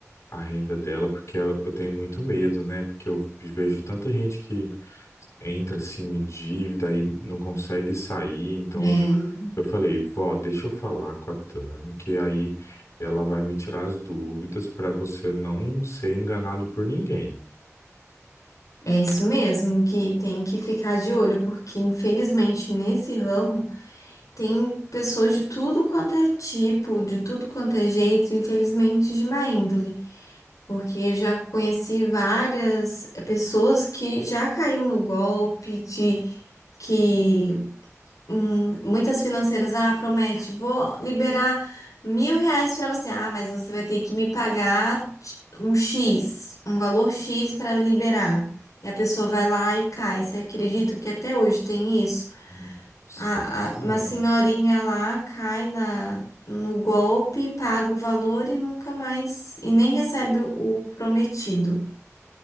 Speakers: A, on the left; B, on the left.
A: a renda dela, porque eu, eu tenho muito medo, né? Porque eu vejo tanta gente que entra, assim, em dívida e não consegue sair, então
B: É,
A: eu falei, vó, deixa eu falar com a Tami, que aí ela vai me tirar as dúvidas para você não ser enganado por ninguém.
B: é isso mesmo, que tem que ficar de olho, porque infelizmente nesse ramo tem pessoas de tudo quanto é tipo, de tudo quanto é jeito, infelizmente de má índole. Porque eu já conheci várias pessoas que já caiu no golpe de que Hum, muitas financeiras, ah, promete, vou liberar mil reais para você. Ah, mas você vai ter que me pagar um X, um valor X para liberar. E a pessoa vai lá e cai. Você acredita que até hoje tem isso?
A: Nossa,
B: A, a-
A: é.
B: uma senhorinha lá cai na, no golpe, paga o valor e nunca mais, e nem recebe o prometido.